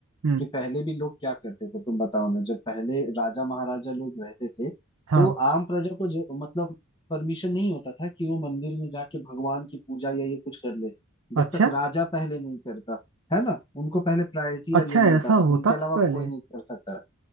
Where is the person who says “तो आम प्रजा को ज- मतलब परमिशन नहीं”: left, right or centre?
Left